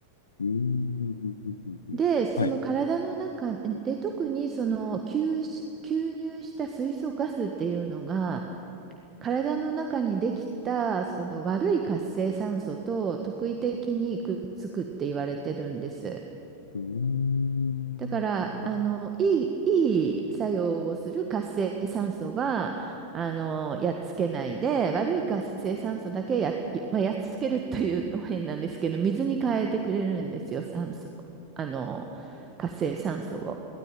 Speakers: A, on the left (about 70°); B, on the right (about 25°).
A: うーん。うんうんうんはい。
B: で、その体の中で、特にその吸し、吸入した水素ガスっていうのが、体の中にできたその悪い活性酸素と特異的にくっつくって言われてるんです。
A: うーん。
B: だからあのいい、
A: なるほど
B: いい作用をする活性酸素はあのやっつけないで悪い活性酸素だけや、まあ、やっつけるというと変なんですけど水に変えてくれるんですよ酸素あの活性酸素を